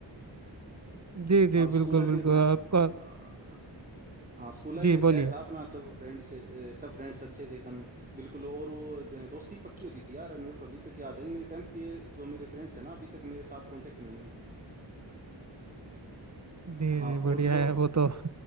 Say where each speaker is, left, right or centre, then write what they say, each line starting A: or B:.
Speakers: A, on the right; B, on the right.
A: जी
B: और
A: जी
B: स्कूल
A: बिल्कुल
B: लाइफ
A: बिल्कुल
B: में अपना
A: आपका
B: अ, हाँ स्कूल लाइफ
A: जी
B: में सेट
A: बोलिए
B: था अपना सब फ्रेंड से अ, सब फ्रेंड्स अच्छे थे एकदम बिल्कुल और वो द- दोस्ती पक्की होती थी यार मेरे को अभी तक याद है कि मेरे टेंथ के जो मेरे फ्रेंड्स हैं ना अभी तक मेरे साथ कांटेक्ट में है अभी
A: जी
B: हाँ
A: जी बढ़िया
B: और जो
A: है वो तो